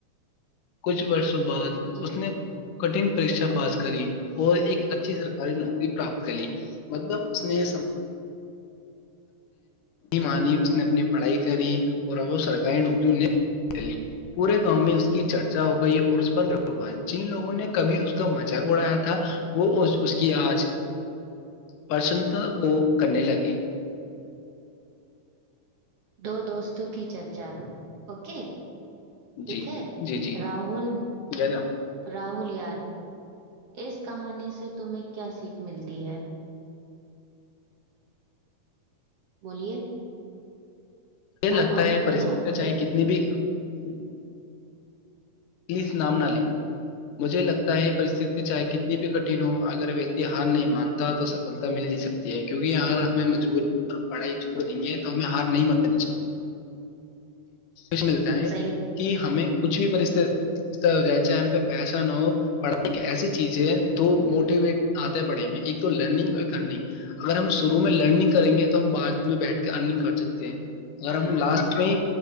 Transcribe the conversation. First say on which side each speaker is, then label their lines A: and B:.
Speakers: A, on the left; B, on the right.
A: کچھ برس تو بعد
B: جی
A: اس نے کٹن پریشا پاس کری اور ایک اچھی سرکاری نوکری پراپت کری مطلب اس نے م اس نے اپنی پڑھائی کری اور ا وہ سرکاری نوکری ان کر لی پورے گاؤں میں اس کی چرچا ہو گئی اور اس پر گال جن لوگوں نے کبھی اس کا مزہق اڑایا تھا وہ اس کی آج پرسنتا کو کرنے لگے
B: دو دوستوں کی چرچا اوکے
A: جی
B: ٹھیک ہے
A: جی جی
B: راہل
A: جی
B: راہل یار اس کہانی سے تمہیں کیا سیکھ ملتی ہے بولیے
A: یہ لگتا
B: آپ امت
A: ہے پرستیاں
B: ہو نا بولیے
A: چاہے کتنی بھی ج پلیز نام نہ لے مجھے لگتا پرستھی
B: اوکے
A: چاہے کتنی بھی کٹ ہو اگر ویکتی ہار نہیں مانتا تو سفلتا مل ج سکتی ہے کیونکہ اگر ہمیں مجبوری پڑھائی چھوڑ دیں گے تو ہمیں ہار نہیں ماننی چ ج ملتا ہے
B: صحیح
A: کہ ہمیں کچھ بھی جائے چاہے ہم پہ پیسہ نہ ہو پڑھائی ایک ایسی چیز ہے دو موٹیویٹ آتا ہے پڑھیں گے ایک تو لرنگ اور ایک ارنگ اگر ہم شرو میں لرننگ کریں گے تو ہم بعد میں بیٹھ کے ارننگ کر سکتے ہیں اگر ہم لاسٹ میں